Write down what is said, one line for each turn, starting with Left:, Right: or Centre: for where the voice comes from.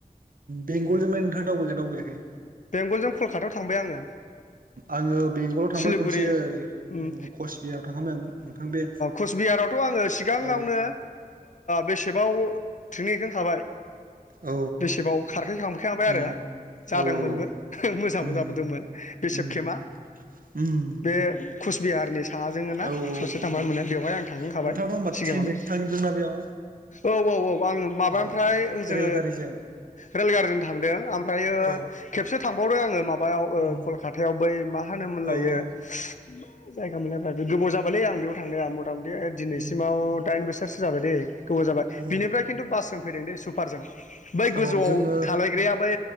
Right: बेंगलजोंलाय नोंथाङा दावबाया दावबाययाखै
Left: बेंगलजों कलकातायाव थांबाय आङो
Right: आङो बेंगलाव थांबाय
Left: सिलिगुरि
Right: खनसे ओ
Left: उम
Right: कचबिहाराव थांखांबाय आ नोंथां बे
Left: कचबिहारावथ' आङो सिगाङावनो
Right: औ
Left: बेसेबाव ट्रेनिंहैखांखाबाय
Right: औ
Left: बेसेबाव खारखैखांखाबाय
Right: उम
Left: आरो जा
Right: औ औ
Left: मोनबो
Right: औ
Left: मोजांबो
Right: उम
Left: जाबोदोंमोन बे सेब
Right: उम
Left: केेमा
Right: उम
Left: बे कुचबिहारनि साजोंङ ना
Right: औ
Left: ससे थांबानो
Right: औ
Left: मोनो बेवहाय आं थांखांखाबाय
Right: नोंथाङाथ' होमबा
Left: सिगाङावनो
Right: ट्रेनजोंसो थांजोबदोंना बेयाव
Left: औ औ औ आं माबानिफ्राय
Right: औ
Left: ओजों
Right: रेलगारिजों
Left: रेलगारिजों थांदों ओमफ्रायो
Right: औ
Left: खेबसे थांबावदों आङो माबायाव
Right: उम
Left: कलकातायाव बै मा होनोमोनलायो
Right: औ औ
Left: मा जायगा मोनलायबायाय गोबाव जाबालै आं बेयाव थांनाया मथा मथि दिनैसिमाव
Right: उम
Left: दाइन बोसोर बोसोरसो जाबाय दै गोबाव जाबाय
Right: औ
Left: बिनिफ्राय खिन्थु बासजों फैदों दैे सुपारजों बै
Right: औ
Left: गोजौआव
Right: जोङो
Left: थालायग्राया बै